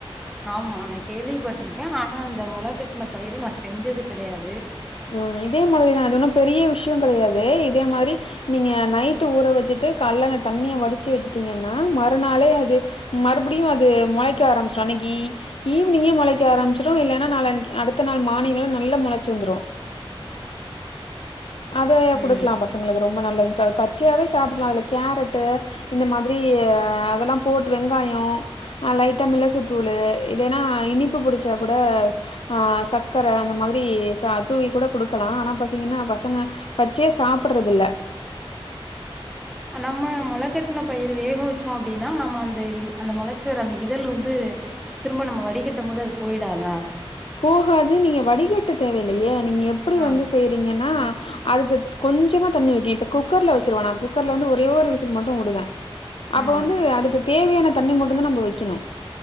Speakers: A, in the centre; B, on the left (about 65°).
A: ஆமா நா கேள்விப்பட்டிருக்கே ஆனா இந்த மொள கட்டுன பயிரு நா செஞ்சது கிடயாது
B: மா இதே மாரிதா இது ஒன்னு பெரிய விஷ்யோ கெடயாது இதே மாரி நீங்க நைட்டு் ஊற வச்சுட்டு கால்ல அந்த தண்ணிய வடிச்சு வச்சட்டீங்கன்னா மறுநாளே அது மறுபடியு அது மொளைக்க ஆரம்பிச்ரு அன்னைக்கி ஈவினிங்கே மொளைக் க ஆரம்பிச்சிரு இல்லென்னா நாளான்னிக் அடுத்த நாள் மார்னில நல்ல மொளச்சி வந்துரு அதையே
A: ம்
B: கொடுக்கலா பசங்களுக்கு ரொம்ப நல்லதுன்னு சொல் பச்சையாகவே சாப்பிட்லா அதில கேரட்டு இந்த மாதிரி அதெல்லா போட் வெங்காயோ அ லைட்டா மிளகு தூளூ இல்லேன்னா இனிப்பு புடிச்சா கூட ஆ சக்கர அந்த மாதிரி தூவி கூட குடுக்கலா ஆனா பாத்தீங்கன்னா பச சங்க பச்சியா சாப்பிடறது இல்ல
A: <unintelligible> நம்ம மொளக்கட்டின பயிர் வேக வச்சோ அப்டின்னா நம்ம அந்த அந்த மொளச்சுவர அந்த இதழ் வந்து திரும்ப நம்ம வடிகட்டம் போது அது போயிடாதா
B: போகாது நீங்க வடிகட்ட தேவலையே நீங்க எப்டி
A: ஆ
B: வந்து செய்யறீங்கன்னா அதுக்கு கொஞ்சமா தண்ணி வைக்க இப்ப குக்கர்ல வச்சிருவ நா குக்கர்ல வந்து ஒரே ஒரு விசில் மட்டு வுடுவே அப்போ
A: ஆ
B: வந்து அதுக்கு தேவையான தண்ணி மட்டுந்தா நம்ம வைக்கணு